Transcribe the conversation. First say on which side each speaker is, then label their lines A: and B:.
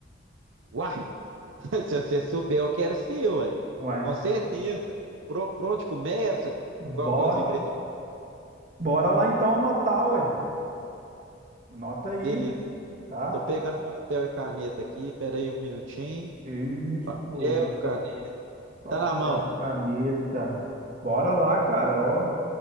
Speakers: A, on the right; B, on the right.
A: Uai, <laughs> se você souber, eu quero sim, ué.
B: Ué,
A: Com certeza. Pro, pra onde começa?
B: bora.
A: Qual que é os ingredientes?
B: Bora lá então anotar, ué. Anota aí,
A: Beleza.
B: tá?
A: Tô pegando papel e caneta aqui. Pera aí um minutinho.
B: Isso.
A: Papel, caneta.
B: Papel,
A: Tá na mão.
B: e caneta. Bora lá, cara, ó.